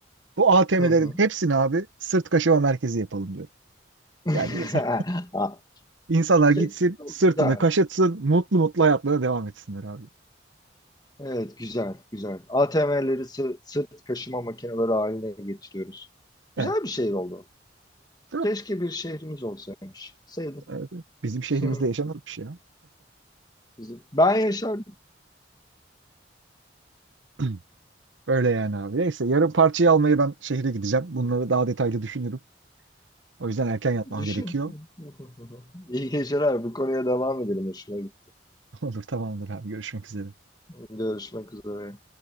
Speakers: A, on the right; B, on the left.
A: Bu ATM'lerin
B: hı hı.
A: hepsini abi sırt kaşıma merkezi yapalım diyorum.
B: <laughs>
A: Yani insan,
B: Ha,
A: insanlar gitsin,
B: şey,
A: sırtını
B: Güzel.
A: kaşıtsın, mutlu mutlu hayatlarına devam etsinler abi.
B: Evet, güzel, güzel. ATM'leri sı- sırt kaşıma makineleri haline getiriyoruz. Güzel
A: Evet.
B: bir şehir oldu.
A: Değil
B: Keşke
A: mi?
B: bir şehrimiz olsaymış. Sevdim.
A: Evet. Bizim şehrimizde
B: Hı
A: yaşanır bir şey ya.
B: hı. Ben yaşardım.
A: <clears throat> Öyle yani abi. Neyse yarın parçayı almaya ben şehre gideceğim. Bunları daha detaylı düşünürüm. O yüzden erken yatmam
B: Düşün.
A: gerekiyor.
B: <laughs> İyi geceler. Bu konuya devam edelim. Hoşuma gitti.
A: Olur tamamdır abi görüşmek üzere.
B: Görüşmek üzere.